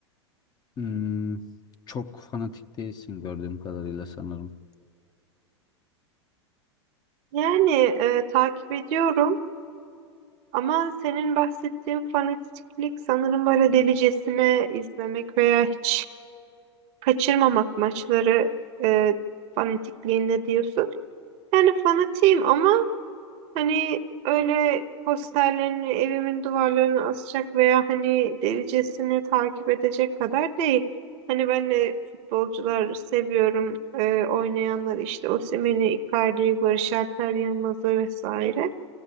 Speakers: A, on the left; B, on the right.
A: hmm, çok fanatik değilsin gördüğüm kadarıyla sanırım.
B: Yani eee, takip ediyorum. Ama senin bahsettiğin fanatiklik sanırım böyle delicesine izlemek veya hiç kaçırmamak maçları eee fanatikliğinde diyorsun. Yani fanatiyim ama hani öyle posterlerini evimin duvarlarına asacak veya hani derecesini takip edecek kadar değil. Hani ben de futbolcular seviyorum. Ee, oynayanlar işte Osimhen'i, Icardi'yi, Barış Alper Yılmaz'ı vesaire.